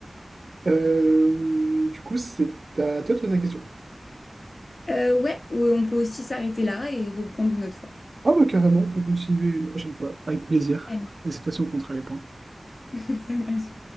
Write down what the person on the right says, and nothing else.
Euh, du coup, c'est à toi de poser la question.
Ah, bah, carrément, on peut continuer une prochaine fois, avec plaisir.
Et cette fois-ci, on comptera les points.